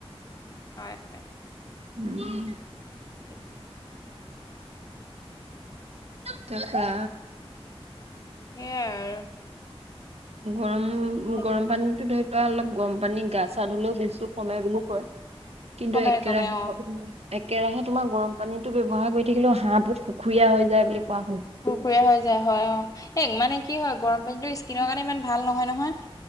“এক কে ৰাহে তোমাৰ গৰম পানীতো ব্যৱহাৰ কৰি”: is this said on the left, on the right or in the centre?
Right